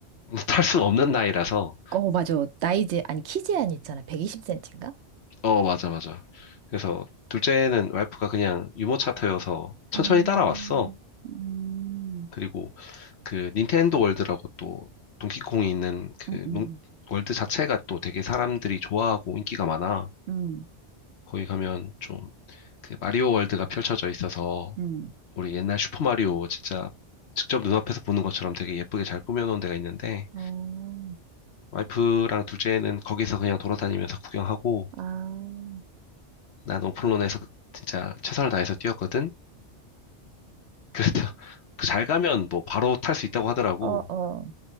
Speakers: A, on the left; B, on the right.
A: <laughs> 탈 수 없는 나이라서,
B: 어, 맞아. 나이제, 아니, 키제한 이 있잖아. 1 2 0센티인가
A: 어, 맞아, 맞아. 그래서 둘째는 와이프가 그냥 유머 차터여서 천천히
B: 음,
A: 따라왔어.
B: 음,
A: 그리고 그 닌텐도 월드라고 또 동키콩이 있는 그
B: 음, 음,
A: 농- 월드 자체가 또 되게 사람들이 좋아하고 인기가 많아.
B: 음,
A: 거기 가면 좀 그 마리오 월드가 펼쳐져 있어서
B: 음.
A: 우리 옛날 슈퍼마리오 진짜 직접 눈앞에서 보는 것처럼 되게 예쁘게 잘 꾸며놓은 데가 있는데
B: 어,
A: 와이프랑 둘째는 거기서 그냥 돌아다니면서 구경하고
B: 아,
A: 난 오픈런에서 진짜 최선을 다해서 뛰었거든. 그래서 <laughs> 잘 가면 뭐 바로 탈 수 있다고 하더라고.
B: 어, 어,